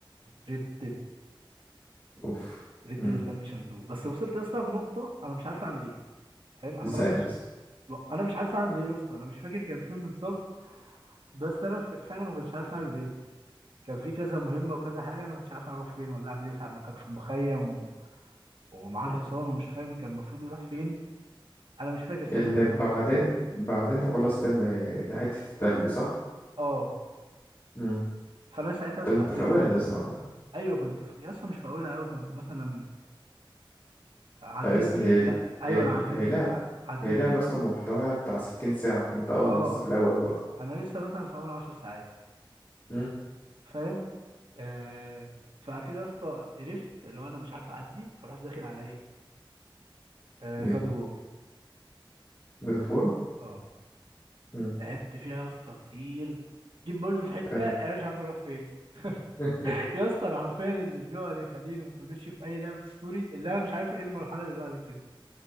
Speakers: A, on the right (about 75°); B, on the left (about 40°).
A: ريد ديد
B: اوف
A: ريد
B: امم
A: ديد ريدمشن 2 بس وصلت يا اسطى لنقطه انا مش عارف اعمل ايه فاهم انا
B: ازاي
A: ما قريتش
B: يا اسطى
A: انا مش عارف اعمل ايه يا اسطى انا مش فاكر كان فين بالظبط بس انا ف- فعلا ما كنتش عارف اعمل ايه كان في كذا مهمه وكذا حاجه انا ما كنتش عارف اروح فين ولا اعمل ايه ساعه ما كانوا في المخيم و... ومعاه الحصان
B: اه.
A: ومش فاهم كان المفروض يروح فين انا مش فاكر ساعتها
B: اللي
A: كان المفروض
B: بعدين بعدين انت خلصت م- ده حته التلج صح
A: اه
B: امم
A: فانا ساعتها استعطلت
B: طب انت في اولها يا اسطى انت
A: ايوه كنت في... يا اسطى مش في اولها قوي كنت مثلا عديت
B: لا يا اسطى
A: دي
B: هي ال-
A: لا ايوه
B: هي ال-
A: انا عديت
B: هي
A: دي
B: لعبة
A: ع- عديت
B: هي لعبة
A: دي
B: يا اسطى محتواها بتاع 60 ساعة فانت اه
A: اه
B: لسه في الأول بقى
A: انا لسه مثلا في اول 10 ساعات
B: امم
A: فاهم آه... فكده يا اسطى قرفت اللي هو انا مش عارف اعدي فرحت داخل على ايه آه
B: ايه
A: جاد وور
B: جود اوف وور
A: اه
B: امم
A: لعبت فيها يا اسطى كتير جيت برضه في حته
B: قال-
A: انا مش عارف اروح فين
B: <laughs>
A: <laughs> يا اسطى انا حرفيا اللي بيقعد يخليني ما اكملش في اي لعبه ستوري اللي انا مش عارف ايه المرحله اللي بعد كده